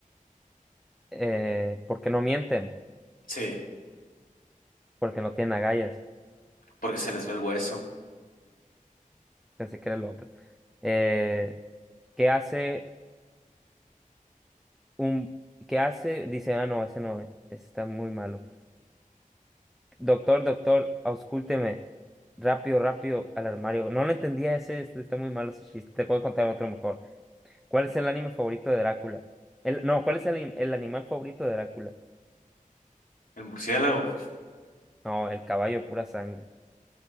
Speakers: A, in the centre; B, on the left.
A: Eh, ¿por qué no mienten?
B: Sí,
A: Porque no tienen agallas.
B: porque se les ve el hueso.
A: Pensé que era el otro. Eh, ¿qué hace un... ¿Qué hace? Dice, ah, no, ese no, ese está muy malo. Doctor, doctor, auscúlteme. Rápido, rápido al armario. No lo entendía ese, este está muy malo ese chiste. Te puedo contar otro mejor. ¿Cuál es el anime favorito de Drácula? El, no, ¿cuál es el, el animal favorito de Drácula?
B: El murciélago.
A: No, el caballo de pura sangre.